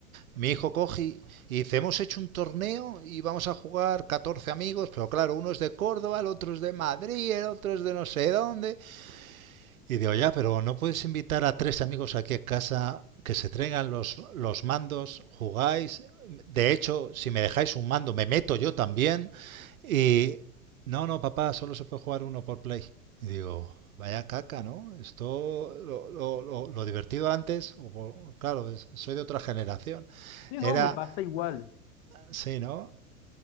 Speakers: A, on the right; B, on the left.
A: mi hijo coge y dice, hemos hecho un torneo y vamos a jugar 14 amigos, pero claro, uno es de Córdoba, el otro es de Madrid, el otro es de no sé dónde, y digo, ya, pero no puedes invitar a tres amigos aquí a casa que se traigan los, los mandos, jugáis. De hecho, si me dejáis un mando, me meto yo también. Y no, no, papá, solo se puede jugar uno por play. Y digo, vaya caca, ¿no? Esto, lo, lo, lo- lo divertido antes, o claro, soy de otra generación.
B: sí,
A: Era,
B: no, me pasa igual.
A: sí, ¿no?